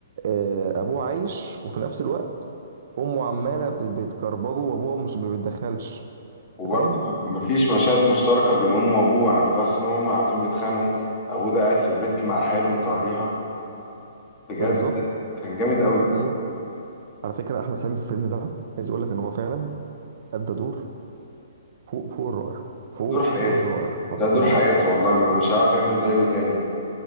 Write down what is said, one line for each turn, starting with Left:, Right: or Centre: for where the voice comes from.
Right: آه ابوه عايش وفي نفس الوقت امه عماله ب- بتكربجه وابوه مش ما بيتدخلش
Left: وبرضه
Right: انت فاهم
Left: ما- مفيش مشاهد مشتركه بين امه وابوه انا كنت بحس ان هما على طول بيتخانقوا ابوه ده قاعد في البيت مع حاله مطريها بجد
Right: بالظبط
Left: كان جامد قوي
Right: امم على فكره احمد حلمي في الفيلم ده عايز اقول لك ان هو فعلا ادى دور فوق فوق الرائع فوق
Left: دور حياته
Right: فوق الرائع حرفيا
Left: ده دور حياته والله ما مش عارف يعمل زيه تاني